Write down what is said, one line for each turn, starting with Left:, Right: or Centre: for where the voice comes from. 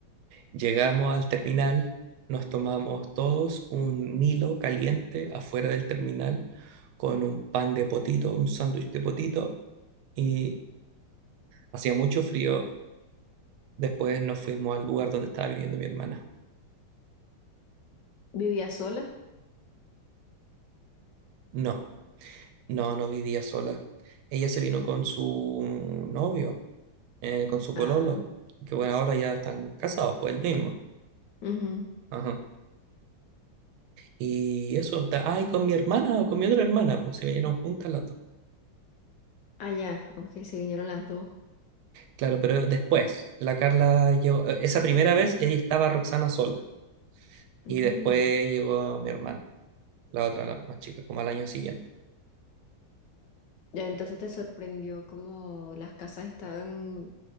Right: llegamos al terminal, nos tomamos todos un Milo caliente afuera del terminal con un pan de potito, un sándwich de potito y hacía mucho frío. Después nos fuimos al lugar donde estaba viviendo mi hermana.
Left: ¿Vivía sola?
Right: No, no, no vivía sola. Ella se vino con su novio eh, con su pololo,
Left: Ah,
Right: que bueno, ahora ya están casados, pues el mismo.
Left: ujú.
Right: Ajá. Y eso está, ay, con mi hermana con mi otra hermana, pues se vinieron juntas las dos.
Left: Ah, ya, ok, se vinieron las dos.
Right: Claro, pero después, la Carla llegó, eh, esa primera vez ella estaba Roxana sola y
Left: Mm.
Right: después llegó mi hermana, la otra, la más chica, como al año siguiente.
Left: Ya, entonces te sorprendió como las casas estaban